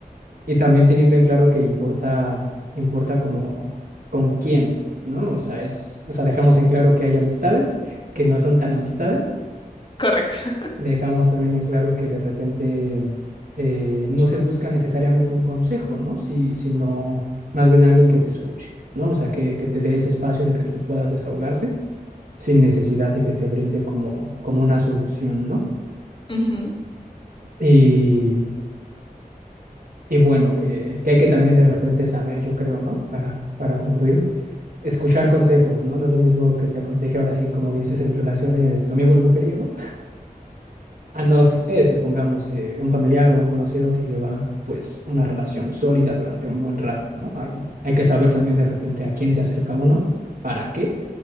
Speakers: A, on the right; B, on the left.
A: y también teniendo en claro que importa, importa como con quién, ¿no? O sea, es, o sea, dejamos en claro que hay amistades que no son tan amistades,
B: correcto. <laughs>
A: dejamos también en claro que de repente eh, no se busca necesariamente un consejo, ¿no? Si, sino más bien alguien que te escuche, ¿no? O sea, que, que te dé ese espacio en el que tú puedas desahogarte sin necesidad de que te brinde como, como una solución, ¿no?
B: Ujú,
A: Y, Y bueno, que, que hay que también de repente saber, yo creo, ¿no? Para, para concluir, escuchar consejos, ¿no? No es lo mismo que te aconseje ahora sí, como dices, en relaciones tu amigo el mujeriego, a no sé supongamos, eh, un familiar o un conocido que lleva, pues, una relación sólida durante un buen rato, ¿no? Hay, hay que saber también de repente a quién se acerca uno, para qué